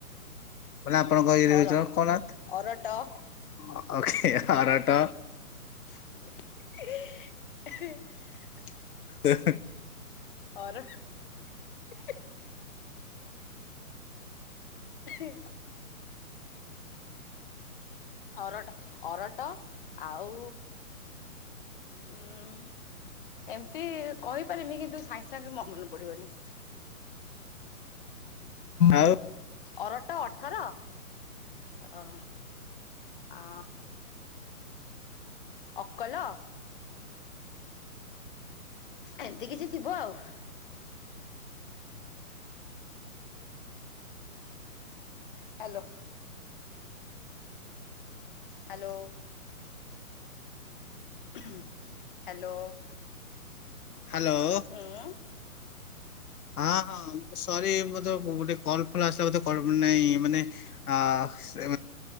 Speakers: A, on the left; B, on the left.
A: <unintelligible>
B: ଅର ଅରଟ
A: ଅ ହରଟ
B: <unintelligible>
A: <unintelligible>
B: ଅରଟ <unintelligible> ଏ ହେ ଅରଟ ଅରଟ ଆଉ ଉୁଁ ଏମତି କହିପାରିମି କିନ୍ତୁ ସାଙ୍ଗେ ସଙ୍ଗେ ମ ମନେ ପଡିବନି।
A: ଆଉ
B: ଅରଟ ଅଠର ହ ଆ ଅକଲ ଏମିତି କିଛି ଥିବ ଆଉ। ହ୍ୟାଲୋ। ହ୍ୟାଲୋ। ହ୍ୟାଲୋ।
A: ହ୍ୟାଲୋ।
B: ହୁଁ
A: ହଁ ହଁ ସରି ମତେ ଗୋଟେ କଲ ଫଲ ଆସିଲା ବୋେ କର ନହିଁ ମାନେ <unintelligible>